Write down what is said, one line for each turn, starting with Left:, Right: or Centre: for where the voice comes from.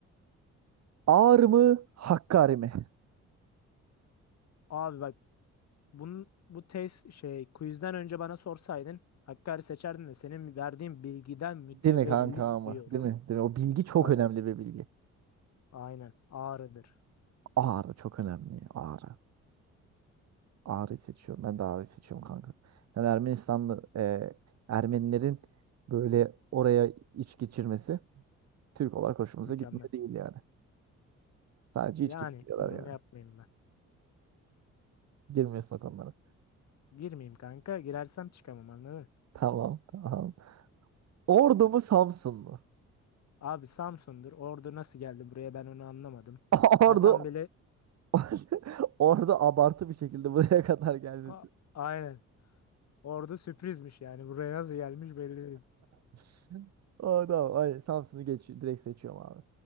Right: Ağrı mı Hakkari mi?
Left: Abi bak bunun bu test şey quizden önce bana sorsaydın Hakkari seçerdin de senin verdiğin bilgiden mütevellit
Right: Değil mi kanka ama?
Left: diyorum.
Right: Değil mi? Değil mi? O bilgi çok
Left: Tabii.
Right: önemli bir bilgi.
Left: Aynen. Ağrı'dır.
Right: Ağrı çok önemli. Ağrı. Ağrı seçiyorum. Ben de ağrı seçiyorum kanka. Yani Ermenistanlı e, Ermenilerin böyle oraya iç geçirmesi Türk olarak hoşumuza
Left: Mükemmel.
Right: gitmiyor değil yani. Sadece iç
Left: Yani
Right: geçiriyorlar
Left: yorum
Right: yani.
Left: yapmayayım ben.
Right: Girmiyorsun o konulara.
Left: <laughs> Girmeyeyim kanka. Girersem çıkamam anladın mı?
Right: Tamam, tamam. Ordu mu Samsun mu?
Left: Abi Samsun'dur. Ordu nasıl geldi buraya ben onu anlamadım.
Right: <laughs> Ordu
Left: Atam bile
Right: <laughs> Ordu abartı bir şekilde buraya kadar gelmesi.
Left: ha, aynen. Ordu sürprizmiş yani. Buraya nasıl gelmiş belli değil.
Right: <laughs> Oh, tamam. Hayır, Samsun'u geç, direkt seçiyorum abi.